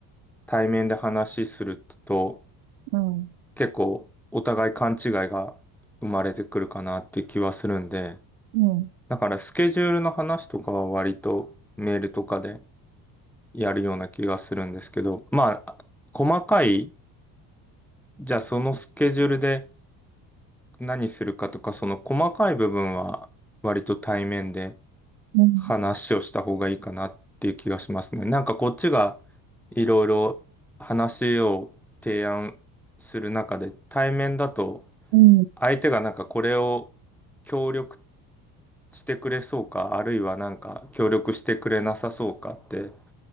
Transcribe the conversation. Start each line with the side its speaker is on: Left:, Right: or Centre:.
Centre: 対面で話しすると、
Right: うん、うん、
Centre: 結構お互い勘違いが生まれてくるかなって気はするんで、
Right: うん、
Centre: だからスケジュールの話とかは割とメールとかでやるような気がするんですけど、まあ、細かい、じゃあそのスケジュールで何するかとか、その細かい部分は割と対面で
Right: うん、
Centre: 話をした方がいいかなっていう気がしますね。なんかこっちがいろいろ話を提案する中で、対面だと
Right: うん
Centre: 相手がなんかこれを協力してくれそうか、あるいはなんか協力してくれなさそうかって